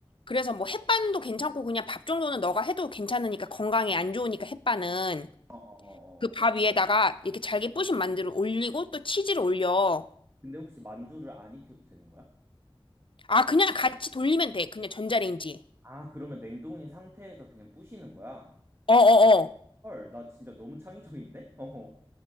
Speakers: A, on the left (about 65°); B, on the right (about 25°).
A: 그래서 뭐 햇반도 괜찮고 그냥 밥 정도는 너가 해도 괜찮으니까 건강에 안 좋으니까 햇반은.
B: 어, 어, 어,
A: 그 밥
B: 어.
A: 위에다가 이렇게 잘게 부신 만두를 올리고 또 치즈를 올려.
B: 근데 혹시 만두를 안 익혀도 되는 거야?
A: 아, 그냥 같이 돌리면 돼. 그냥 전자레인지에.
B: 아, 그러면 냉동인 상태에서 그냥 부시는 거야?
A: 어어어.
B: 헐, 나 진짜 너무 창의적인데? <laughs> 어.